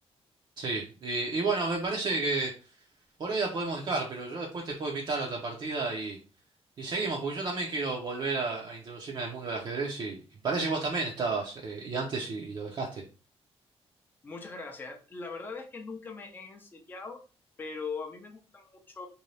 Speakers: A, on the right (about 45°); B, on the left (about 15°).
A: sí. Y, y bueno, me parece que por hoy la podemos dejar, pero yo después te puedo invitar a otra partida y Y seguimos, porque yo también quiero volver a, a introducirme en el mundo del ajedrez y, y parece que vos también estabas, eh, y antes y, y lo dejaste.
B: Muchas gracias. La verdad es que nunca me he enseriado, pero a mí me gusta mucho